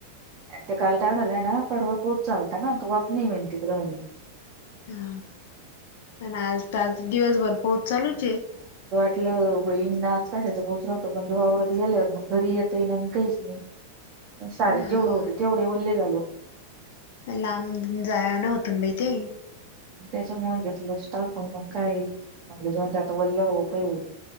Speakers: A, on the right (about 30°); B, on the left (about 50°).
A: ते काल टाकालाय ना, परवा पाऊस झालता ना, त वाप नई म्हनी तिकड म्हणी.
B: हा पण आज त आज दिवसभर पाऊस चालूचंये.
A: म्हटलं वहिन ना आज कशाचा पाऊस राहतो पण ते वावरात गेल्यावर मंग ते घरी येता येईना आणि काईच नाय. सार
B: हा
A: जेवढं होते तेवढे ओल्ले झालो.
B: लांब जाया न होत बाई ते.
A: त्याच्यामुळे घेतलं स्टाकन मग काय म्ह ज त्यात बोललं हो काय हो.